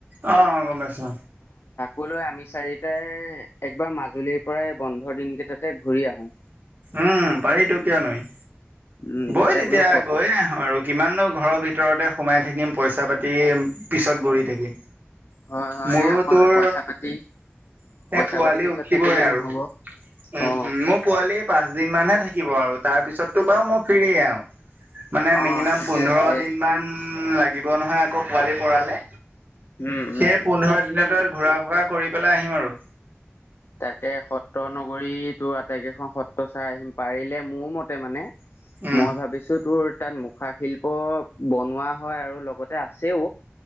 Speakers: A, on the right; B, on the left.
A: অ', অ', গম পাইছো।
B: কলৈ আমি চাৰিটাই একবাৰ মাজুলীৰ পৰাই বন্ধৰ দিন কেইটাতে ঘূৰি আহো।
A: উম, পাৰিতো কিয় নোৱাৰি।
B: উম
A: বই
B: তাতে
A: তেতিয়া
B: বোলো সত
A: গৈ আহো আৰু কিমান ঘৰৰ ভিতৰত ভিতৰতে সোমাই থাকিম পইচা পাতি পিছত ঘূৰি থাকিম।
B: হয় হয়
A: মোৰো
B: অকলতো
A: তোৰ
B: পইচা পাতি
A: সে
B: পইচা
A: পোৱালি
B: পাতি পিছত
A: উঠিবই
B: থাকিলেই
A: আৰু,
B: নহব
A: উ উ
B: অ
A: মোৰ পোৱালি পাঁচ দিন মানহে থাকে থাকিব আৰু তাৰ পিছততো বাৰু মই ফিৰিয়ে আৰু। মানে
B: অ
A: মিনিমাম
B: ঠিকে
A: পোন্ধৰ
B: আছে
A: দিন মান লাগিব নহয় আকৌ পোৱালি পৰালে।
B: উম উম
A: সেই পোন্ধৰ দিন ত ঘূৰা ফুৰা কৰি পেলাই আহিম আৰু।
B: তাকে সত্ৰ নগৰী তোৰ আটাইকেইখন সত্ৰ চাই আহিম পাৰিলে মোৰ মতে মানে।
A: উম
B: মই ভাবিছো তোৰ। তাত মুখা শিল্প বনোৱা হয়, আৰু লগতে আছেও।